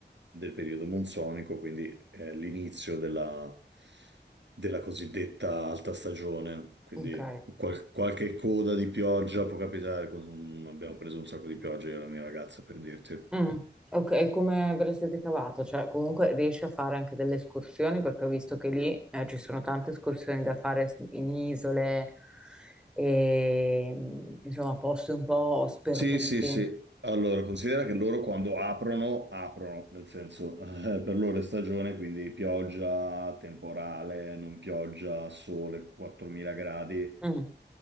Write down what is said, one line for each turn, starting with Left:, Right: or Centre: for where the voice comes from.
Right: del periodo monsonico, quindi è l'inizio della, della cosiddetta alta stagione. Quindi
Centre: Ok.
Right: qual- qualche coda di pioggia può capitare. con- Abbiamo preso un sacco di pioggia io e la mia ragazza, per dirti.
Centre: Mm, Ok, e come ve la siete cavata? Cioè, comunque riesci a fare anche delle escursioni perché ho visto che lì eh, ci sono tante escursioni da fare s- in isole e mm, insomma posti un po' sperduti.
Right: Sì, sì, sì. Allora, considera che loro quando aprono, aprono, nel senso, <laughs> eh, per loro è stagione, quindi pioggia, temporale, non pioggia, sole, 4000 gradi,
Centre: Mm,